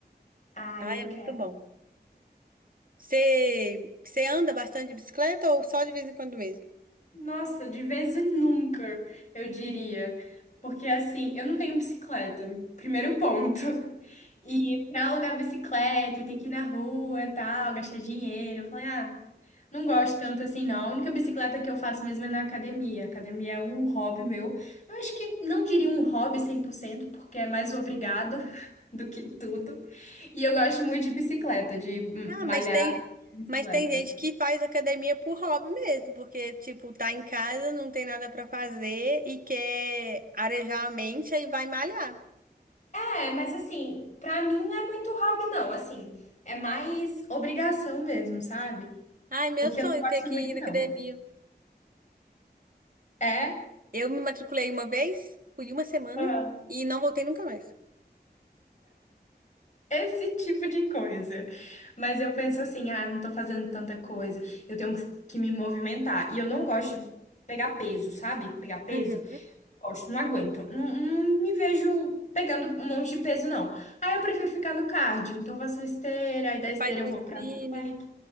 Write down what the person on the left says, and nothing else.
Ah,
eu
quero.
Nossa, de vez em nunca, eu diria. Porque assim, eu não tenho bicicleta, primeiro ponto. E pra alugar bicicleta, ter que ir na rua e tal, gastar dinheiro. Eu falei, ah, não gosto tanto assim, não. A única bicicleta que eu faço mesmo é na academia. Academia é um hobby meu. Eu acho que não diria um hobby 100%, porque é mais obrigado <laughs> do que tudo. E eu gosto muito de bicicleta, de hum,
malhar
bicicleta.
É, mas assim, pra mim não é muito hobby, não. Assim, é mais obrigação mesmo, sabe?
Porque
eu não gosto
muito,
não.
É
Ah.
esse <laughs> tipo de coisa. Mas eu penso assim, ah, não tô fazendo tanta coisa. Eu tenho que me movimentar. E eu não gosto de pegar peso, sabe? Pegar peso.
Gosto, não aguento. Não, não me vejo pegando um monte de peso, não. Aí eu prefiro ficar no cardio. Então eu faço esteira, aí da
esteira
eu
vou
pra bike,